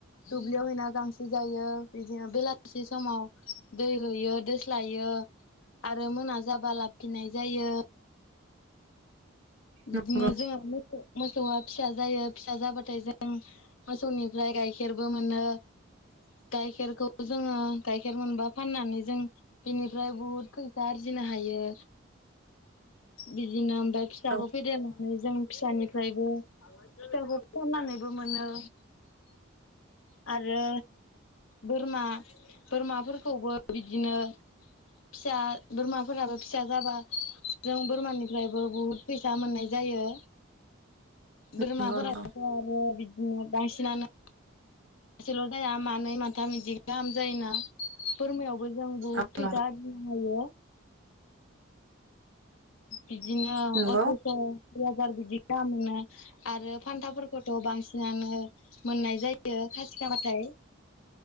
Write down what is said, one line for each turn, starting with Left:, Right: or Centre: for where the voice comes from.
Left: दुब्लियाव हैना गांसो जायो बिदिनो बेलासि समाव दै होयो दोस्लायो आरो मोना जाबा लाब फिननाय जायो बिदिनो
Right: नंगौ
Left: जोंहा मोसौ मोसौआ फिसा जायो फिसा जाबाथाय जों मोसौनिफ्राय गाइखेरबो मोनो गाइखेरखौ जोङो गाइखेर मोनबा फाननानै जों बिनिफ्राय बुहुद फैसा आरजिनो हायो बिदिनो ओमफ्राय फिसाखौ
Right: औ
Left: फेदेरनानै जों फिसानिफ्रायबो फिसाखौ फाननानैबो मोनो आरो बोरमा बोरमाफोरखौबो बिदिनो फिसा बोरमाफोराबो फिसा जाबा जों बोरमानिफ्रायबो बुहुद फैसा मोननाय जायो बोरमाफोराबोथ'
Right: नंगौ नंगौ
Left: आरो बिदिनो बांसिनानो सासेल' जाया मानै माथाम इदि गाहाम जायोना बोरमायावबो जों बहुद
Right: औ
Left: फैसा
Right: नंगौ
Left: आरजिनो होायो बिदिनो
Right: नंगौ
Left: अथ्र'स' दुइ हाजार बिदि गामो आरो फान्थाफोरखौथ' बांसिनानो मोननाय जायो खासिखामबाथाय